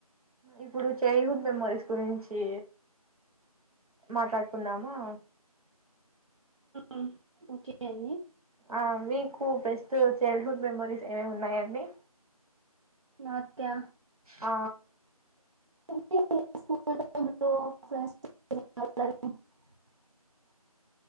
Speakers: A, on the right (about 70°); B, on the right (about 50°).
A: ఇప్పుడు చైల్డ్హుడ్ మెమోరీస్ గురించి మాట్లాడుకున్నామా
B: ఉమ్ ఓకే అండి
A: ఆ మీకు బెస్ట్ చైల్డ్హుడ్ మెమోరీస్ ఏమేం ఉన్నాయండి
B: నా త్యా-
A: ఆ
B: <inaudible>